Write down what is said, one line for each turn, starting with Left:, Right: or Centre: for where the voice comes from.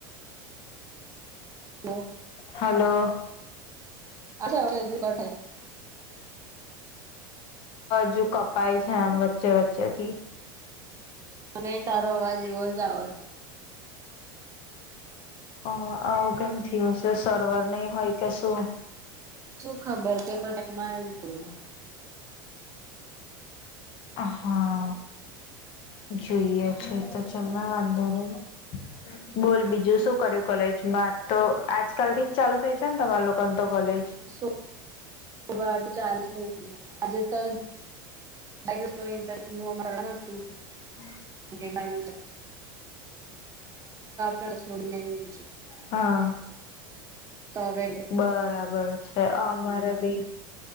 Right: હલો <unintelligible>
Left: હલો
Right: અ <unintelligible>
Left: હજુ કપાય છે આમ વચ્ચે વચ્ચે થી.
Right: મને તારો અવાજ એવો જ આવજ
Left: અ આવું કેમ થ હશે સર્વર નહી હોય કે શું?
Right: શું ખબર કે પધામાં એવું થયું?
Left: હા જોઈએ છે તો ચાલ વાંધો નહી. બોલ બીજું શું કર્યું કોલેજમાં તો આજકાલ થી જ ચાલુ થઈ છે ને તમારા લોકોને તો કોલેજ
Right: સ સઠ ચાલ થાય આજે તો <unintelligible> એ તોન્ટ માર ન હતું.
Left: હા <unintelligible>
Right: લટર તો શોધ ન <unintelligible>
Left: હા
Right: તોવે <unintelligible>
Left: બરાબર છે અમારે ભી